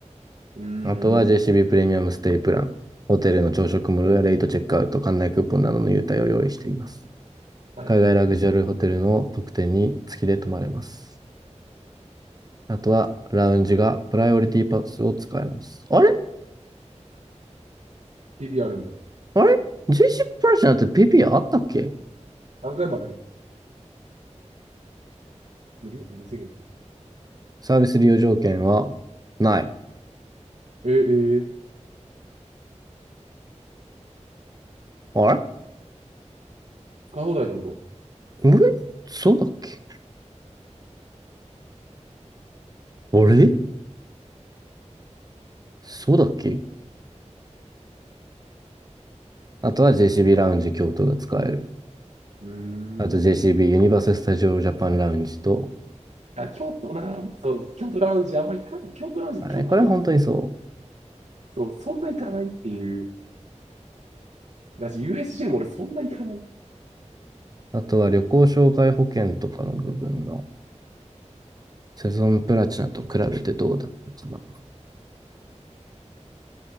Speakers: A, on the right (about 75°); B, on the right (about 30°).
A: うーん。
B: あとは JCB プレミアムステイプラン、ホテルの朝食無料やレイトチェックアウト、館内クーポンなどの優待を用意しています。
A: はいはいはい。
B: 海外ラグジュアルホテルの特典に月で泊まれます。あとはラウンジがプライオリティパスを使えます。あれ
A: PB あるんだ。
B: あれ ?JCB プラチナって PP あったっけ
A: 何回まで無料無制限。
B: サービス利用条件はない。
A: えー、えー、
B: あれ
A: 使い放題ってこと
B: あれそうだっけあれそうだっけあとは JCB ラウンジ京都が使える。
A: うーん。
B: あと JCB ユニバーサル・スタジオ・ジャパンラウンジと、
A: あ、京都な、そう、京都ラウンジあんま行かない。京都ラウンジ、
B: まあね、
A: 京都あんま行かない
B: これは本当にそ
A: そう、そんな行かないっていう。だし、USJ も俺そんな行かない。
B: う。あとは旅行障害保険とかの部分が、セゾンプラチナと比べてどうだったかな。